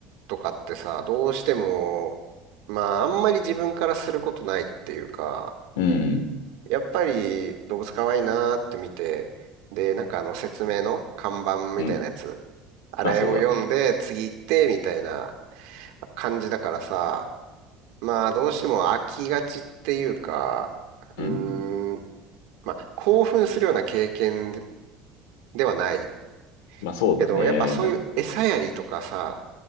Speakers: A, on the right; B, on the left.
A: とかってさ、どうしても、まあ、あんまり自分からすることないっていうか、
B: うん。
A: やっぱり動物可愛いなーって見て、で、なんかあの説明の看板みたいなやつ、
B: うん。
A: あれを読んで次行ってみたいな
B: あ、そうだね。
A: 感じだからさ、まあ、どうしても飽きがちっていうか、うーん、
B: うん。
A: まあ、興奮するような経験ではない。
B: まあ、そうだね。
A: けど、やっぱそういう餌やりとかさ、
B: な、